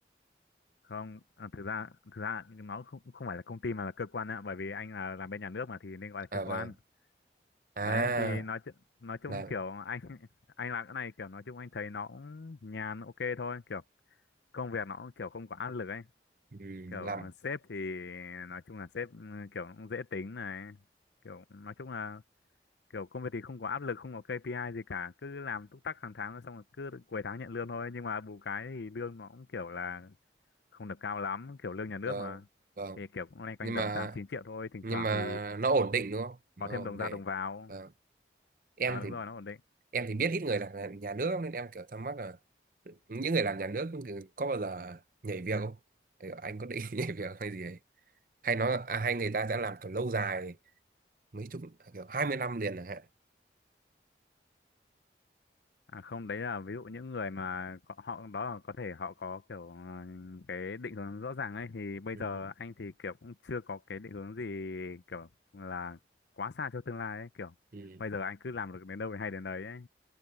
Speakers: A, on the left; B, on the right.
A: không à, thực ra thực ra nó không không phải là công ty mà là cơ quan ạ bởi vì anh là làm bên nhà nước mà thì nên gọi là
B: à
A: cơ quan
B: vâng à
A: đấy thì nói chu- nói chung
B: là
A: kiểu anh <laughs> anh làm cái này kiểu nói chung anh thấy nó cũng nhàn ok thôi kiểu công việc nó cũng kiểu không có áp lực ấy
B: ừ,
A: kiểu
B: làm
A: ờ, sếp thì nói chung là sếp ừ, kiểu cũng dễ tính này kiểu nói chung là kiểu công việc thì không có áp lực không có KPI gì cả cứ làm túc tắc hàng tháng rồi xong rồi cứ cuối tháng nhận lương thôi nhưng mà bù cái thì lương nó cũng kiểu là không được cao lắm kiểu lương nhà nước
B: vâng
A: mà
B: vâng
A: thì kiểu cũng loanh quanh
B: nhưng
A: tầm
B: mà
A: tám chín triệu thôi thỉnh
B: nhưng
A: thoảng
B: mà
A: thì
B: nó ổn định đúng không nó
A: có thêm
B: ổn
A: đồng
B: định
A: ra đồng vào
B: Vâng. Em
A: ờ đúng
B: thì
A: rồi nó ổn định
B: em thì biết ít người làm nhà nhà nước lắm, nên em kiểu thắc mắc là những người làm nhà nước kiểu có bao giờ nhảy việc không Kiểu anh có định <laughs> nhảy việc hay gì ấy hay nói là- à, hay người ta sẽ làm kiểu lâu dài mấy chục à, kiểu hai mươi năm liền chẳng hạn
A: À không, đấy là ví dụ những người mà có- họ đó là có thể họ có kiểu ờ, cái định hướng rõ ràng ấy thì bây
B: ừ
A: giờ anh thì kiểu cũng chưa có cái định hướng gì kiểu là quá xa cho tương lai ấy kiểu
B: ừ
A: bây giờ anh cứ làm được đến đâu thì hay đến đấy ấy.